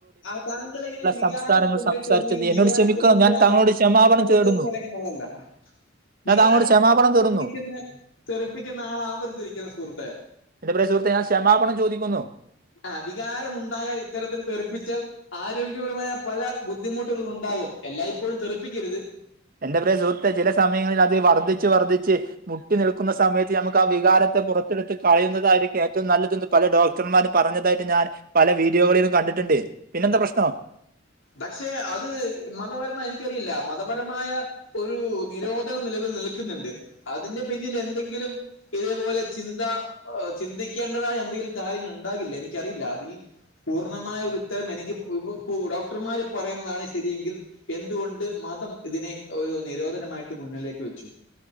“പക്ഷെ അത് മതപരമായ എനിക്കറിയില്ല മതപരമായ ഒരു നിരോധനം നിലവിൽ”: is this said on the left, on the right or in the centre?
Left